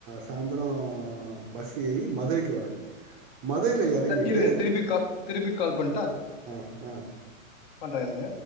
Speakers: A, on the right; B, on the left.
A: சாயந்தரம் பஸ் ஏறி மதுரைக்கு வரேன் மதுரையில எறங்கிட்டு
B: இருங்க திருப்பி க திருப்பி கால் பண்ணட்டா
A: ஆஹ்
B: பண்றேன் இருங்க